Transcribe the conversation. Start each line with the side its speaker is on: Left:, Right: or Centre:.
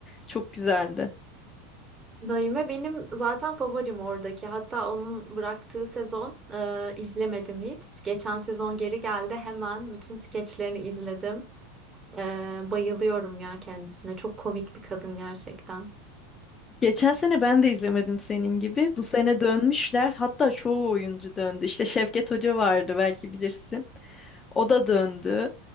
Left: Çok güzeldi.
Right: Naime benim zaten favorim oradaki. Hatta onun bıraktığı sezon e, izlemedim hiç. Geçen sezon geri geldi. Hemen bütün skeçlerini izledim. Ee, bayılıyorum ya kendisine. Çok komik bir kadın gerçekten.
Left: Geçen sene ben de izlemedim senin gibi. Bu sene dönmüşler. Hatta çoğu oyuncu döndü. İşte Şevket Hoca vardı belki bilirsin. O da döndü.